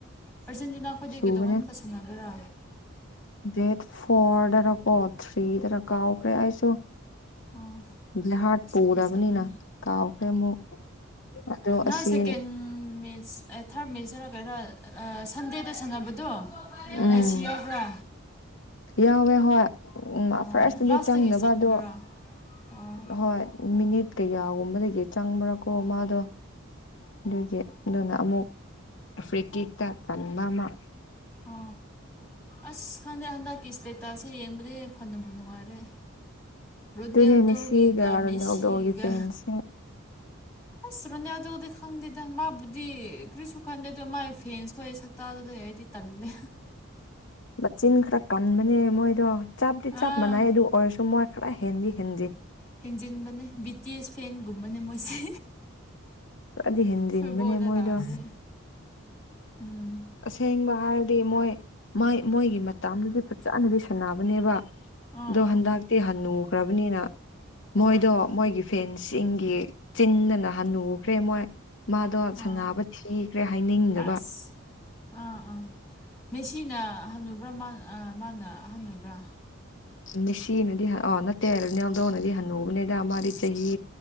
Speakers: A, in the centre; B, on the left.
A: ꯑꯥꯔꯖꯦꯟꯇꯤꯅꯥ ꯈꯣꯏꯗꯤ
B: ꯁꯨꯕꯅꯦ
A: ꯀꯩꯗꯧꯉꯩ ꯑꯃꯨꯛꯀ ꯁꯥꯟꯅꯒꯦꯔꯥ
B: ꯗꯦꯠ ꯐꯣꯔꯗꯅꯀꯣ ꯊ꯭ꯔꯤꯗꯅ ꯀꯥꯎꯈ꯭ꯔꯦ ꯑꯩꯁꯨ
A: ꯑꯣ
B: ꯕꯍꯥꯔꯠ ꯄꯨꯔꯕꯅꯤꯅ
A: ꯐꯖꯕꯅꯤ
B: ꯀꯥꯎꯈ꯭ꯔꯦ ꯑꯃꯨꯛ ꯑꯗꯣ
A: ꯅꯍ
B: ꯑꯁꯤ
A: ꯁꯦꯀꯦꯟ ꯃꯤ ꯊꯥꯔꯠ ꯃꯤꯁꯁꯤꯅ ꯀꯔ ꯁꯟꯗꯦꯗ ꯁꯥꯟꯅꯕꯗꯣ
B: ꯎꯝ
A: ꯉꯦꯁꯤ ꯌꯥꯎꯕ꯭ꯔꯥ
B: ꯌꯥꯎꯋꯦ ꯍꯣꯏ
A: ꯑꯣ
B: ꯐꯥꯔꯁꯇꯗꯤ
A: ꯂꯥꯁꯇꯒꯤ
B: ꯆꯪꯗꯕ
A: ꯆꯪꯕꯒꯦꯔꯥ
B: ꯑꯗꯣ
A: ꯑꯣ
B: ꯍꯣꯏ ꯃꯤꯅꯤꯠ ꯀꯩꯌꯥꯒꯨꯝꯕꯗꯒꯤ ꯆꯪꯕ꯭ꯔꯥꯀꯣ ꯃꯥꯗꯣ ꯑꯗꯨꯒꯤ ꯑꯗꯨꯅ ꯑꯃꯨꯛ ꯑꯐ꯭ꯔꯤꯀꯦꯠꯇ ꯇꯟꯕ ꯑꯃ
A: ꯎ ꯑꯁ ꯍꯪꯗꯦ ꯍꯟꯗꯛ ꯀꯤꯁꯇꯦ ꯇꯥꯁꯦ ꯌꯦꯡꯕꯗ ꯐꯕꯨ ꯅꯨꯡꯉꯥꯏꯔꯦ ꯔꯣꯅꯦꯜꯗꯣꯒꯤꯒ
B: ꯑꯗꯨꯅꯦꯃꯤ ꯁꯤꯒꯥꯔꯅꯦ
A: ꯃꯦꯁꯤꯒꯤꯒ
B: ꯑꯣꯗꯣꯒꯤ ꯐꯦꯟꯁꯦ
A: ꯑꯁ ꯔꯣꯅꯤꯌꯥ ꯑꯗꯨꯗꯤ ꯈꯪꯗꯦꯗ ꯃꯥꯕꯨꯗꯤ ꯀ꯭ꯔꯤꯁꯨ ꯈꯪꯗꯦ ꯑꯗꯨ ꯃꯥ ꯐꯦꯟꯁ ꯈ ꯁ ꯍꯥꯏꯗꯤ ꯇꯝꯃꯦ
B: ꯃꯆꯤꯟ ꯈꯔ ꯀꯟꯕꯅꯦ ꯃꯣꯏꯗꯣ ꯆꯞꯇꯗꯤ ꯆꯞ
A: ꯑꯥ
B: ꯃꯥꯟꯅꯏ ꯑꯗꯨ ꯑꯣꯏꯔꯁꯨ ꯃꯣꯏ ꯈꯔ ꯍꯦꯟꯗꯤ ꯍꯦꯟ
A: ꯍꯦꯟꯖꯤꯟꯕꯅꯦ ꯕꯤ ꯇꯤ ꯑꯦꯁ ꯐꯦꯟꯒꯨꯝꯕꯅꯦ ꯃꯣꯏꯁꯦ
B: ꯗꯤ ꯍꯦꯟꯖꯤꯟꯕꯅꯦ
A: ꯐꯨꯠꯕꯣꯜꯗ
B: ꯃꯣꯏꯗꯣ
A: ꯂꯥꯛꯑꯗꯤ ꯎꯝ
B: ꯑꯁꯦꯡꯕ ꯍꯥꯏꯔꯗꯤ ꯃꯣꯏ ꯃꯥꯏ ꯃꯣꯏꯒꯤ ꯃꯇꯗꯨꯗꯤ ꯐꯖꯅ ꯂꯩꯁꯟꯅꯕꯅꯦꯕ
A: ꯑꯥ
B: ꯑꯗꯣ
A: ꯑꯥ
B: ꯍꯟꯗꯛꯇꯤ ꯍ ꯅꯨꯈ꯭ꯔꯕꯅꯤꯅ
A: ꯍꯣꯏ
B: ꯃꯣꯏꯗꯣ ꯃꯣꯏꯒꯤ ꯐꯦꯟꯁꯤꯡꯒꯤ ꯆꯤꯟꯗꯅ ꯍꯟꯅꯨꯈ꯭ꯔꯦ ꯃꯣꯏ ꯃꯥꯗꯣ
A: ꯑꯥ
B: ꯁꯕ ꯊꯤꯈ꯭ꯔꯦ ꯍꯥꯏꯅꯤꯡꯗꯕ
A: ꯑꯁ ꯑꯥ ꯑꯥ ꯃꯦꯁꯤꯅ ꯑꯍꯜꯂꯨꯕ꯭ꯔꯥ ꯃꯥ ꯃꯥꯅ ꯑꯍꯜꯂꯨꯕ꯭ꯔꯥ
B: ꯃꯤꯁꯤꯅꯗꯤ ꯑꯣ ꯅꯠꯇꯦꯔꯅꯦ ꯑꯗꯣꯅꯗꯤ ꯍꯟꯅꯨꯕꯅꯦꯗ ꯃꯥꯗꯤ ꯆꯍꯤ